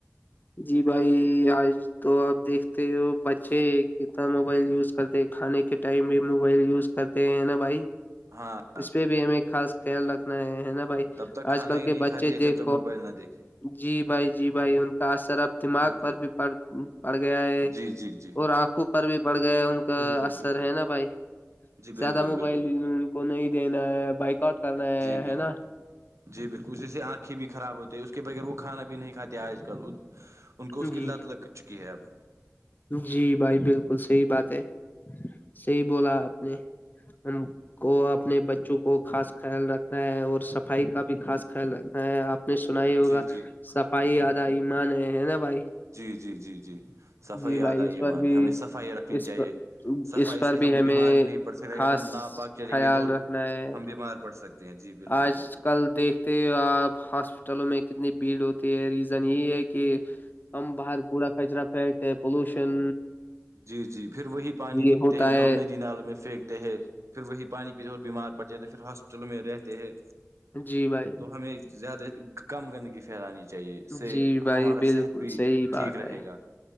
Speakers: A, on the left; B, on the right.
A: جی بھائی آج تو اب دیکھتے ہو بچے کتنا موبائل یوز کرتے کھانے کے ٹائم بھی موبائل یوز کرتے ہیں نا بھائی
B: ہاں
A: اس پہ بھی ہمیں خاص خیال رکھنا ہے ہے نا بھائی
B: تب تک کھانا
A: آج کل
B: ہی
A: کے
B: نہیں
A: بچے
B: کھاتی ہے
A: دیکھ
B: جب موبائل نہ دیکے
A: جی بھائی جی بھائی ان کا اثر اب دماغ
B: بالکل
A: پر بھی پڑ پڑ گیا ہے
B: جی جی جی
A: اور آنکھوں پر بھی پڑ گیا ہے ان کا
B: بالکل
A: اثر
B: بالکل
A: ہے نا بھائی
B: جی
A: زیادہ
B: بالکل
A: موبائل
B: بالکل
A: ان کو نہیں دینا ہے بائک آؤٹ کرنا ہے
B: جی بالکل
A: ہے نا
B: جی بالکل اسی سے آنکھیں بھی خراب ہوتی ہیں اس کے بغیر وہ کھانا بھی نہیں کھاتے آج کل ان کو
A: جی
B: اس کی لت لگ چکی ہے ابھی
A: جی بھائی بالکل صحی بات ہے صحی بولا آپ نے ہم کو اپنے بچوں کو خاص خیال رکھنا ہے اور صفائی کا بھی خاص خیال رکھنا ہے آپ آ نے سنا ہی ہوگا
B: جی جی
A: صفائی آدا ایمان ہے ہے نا بھائی
B: جی جی جی جی صفائی
A: جی بھائی
B: آدھا
A: اس
B: یہ
A: پر
B: مان
A: بھی
B: ہے ہمیں صفائی رکھنی
A: اس
B: چاہیے
A: پر
B: صفائی
A: اس پر
B: سے ہم
A: بھی ہمیں
B: بیمار بھی نہیں پڑ سکتےے اگر
A: خاص
B: ہم نہا پاک چلیں
A: خیال
B: گے تو
A: رکھنا ہے
B: ہم بیمار پڑ سکتے ہیں جی بالکل
A: آج
B: بالکل
A: کل دیکھ ہاسپٹلوں میں کتنی بھیڑ ہوتی ہے ریزن یہی ہے کہ ہم باہر کوڑا کچرا پھینکتے پولوشن
B: جی جی پھر وہی پانی
A: یہ
B: پیتے
A: ہوتا
B: ہیں
A: ہے
B: جو ہم ندی نالوں میں پھینکتے ہیں پھر وہی پانی پیتے اور بیمار پ جات پھر ہاسپٹل میں رہتے ہیں
A: جی بھائی
B: تو ہمیں زیادہ کم گندگی پھیلانی چاہیے اس سے
A: جی بھائی
B: ہمارا
A: بالکل
B: صحت بھی
A: صحیح بات
B: ٹھیک رہے
A: ہے
B: گا